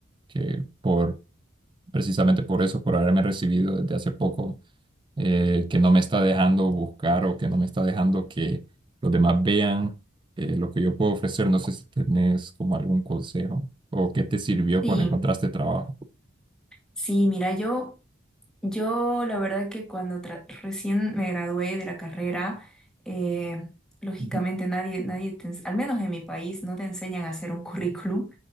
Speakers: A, on the right; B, in the centre.
A: que por, precisamente por eso, por haberme recibido desde hace poco, eh, que no me está dejando buscar o que no me está dejando que los demás vean eh, lo que yo puedo ofrecer. No sé si tenés como algún consejo o qué te sirvió
B: Sí,
A: cuando encontraste trabajo.
B: sí, mira, yo, yo la verdad que cuando tra- recién me gradué de la carrera, eh, lógicamente
A: Ujú,
B: nadie, nadie te ens- al menos en mi país, no te enseñan a hacer un <laughs> currículum.